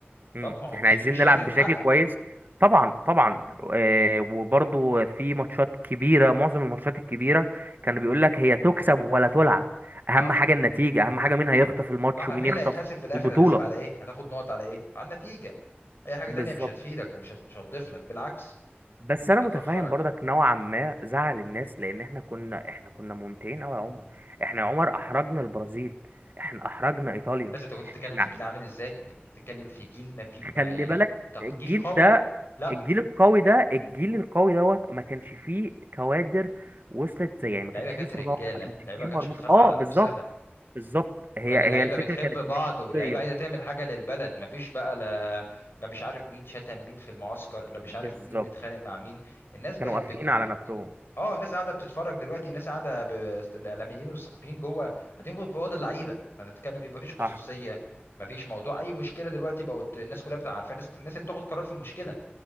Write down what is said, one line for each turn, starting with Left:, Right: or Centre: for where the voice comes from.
Right: مم.
Left: طب ما هو
Right: احنا
Left: مش
Right: عايزين
Left: دي مش شرط
Right: نلعب
Left: تتحقق
Right: بشكل كويس طبعا طبعا آه وبرضو في ماتشات كبيرة معظم الماتشات الكبيرة كانوا بيقول لك هي تكسب ولا تلعب اهم
Left: صح
Right: حاجة النتيجة اهم حاجة مين هيخطف الماتش
Left: صح مين
Right: ومين يخطف
Left: اللي هيتحاسب في الاخر
Right: البطولة
Left: هيتحاسب على ايه هتاخد نقط على ايه على النتيجة اي حاجة
Right: بالظبط
Left: تانية مش هتفيدك ومش هت- مش هتضيف لك بالعكس
Right: بس انا
Left: هتأخرك
Right: متفاهم برضك نوعا ما زعل الناس لان احنا كنا احنا كنا ممتعين قوي يا عمر احنا يا عمر احرجنا البرازيل احنا احرجنا ايطاليا
Left: بس انت كنت بتتكلم
Right: احنا
Left: في جيل عامل ازاي انت كنت بتتكلم في جيل ما في ما
Right: خلي
Left: يعني
Right: بالك
Left: انت
Right: الجيل
Left: جيل قوي
Right: ده
Left: لا
Right: الجيل القوي ده الجيل القوي دوت ما كانش فيه كوادر وصلت زي يعني ما
Left: اللعيبة
Right: كانش
Left: كانت
Right: فيه صلاح
Left: رجالة
Right: ما كانش
Left: اللعيبة
Right: فيه
Left: ما
Right: مرموش
Left: كانتش بتخاف
Right: اه
Left: على نفسها
Right: بالظبط بالظبط
Left: وكانت
Right: هي هي
Left: اللعيبه
Right: الفكره
Left: بتحب
Right: كانت
Left: بعض
Right: في الشخصيه
Left: واللعيبه عايزه تعمل حاجه للبلد مفيش بقى لا لا مش عارف مين شتم مين في المعسكر لا مش
Right: بالظبط
Left: عارف مين اتخانق مع مين الناس بقت
Right: كانوا
Left: بت
Right: قافلين على
Left: ب-
Right: نفسهم
Left: مين اه الناس قاعده بتتفرج دلوقتي الناس قاعده ب... الاعلاميين والصحفيين جوه قاعدين في اوض اللعيبه انا بتكلم في إيه؟ مفيش خصوصيه
Right: صح
Left: مفيش موضوع اي مشكله دلوقتي بقت الناس كلها بتبقى عارفه الناس الناس اللي بتاخد قرار في المشكله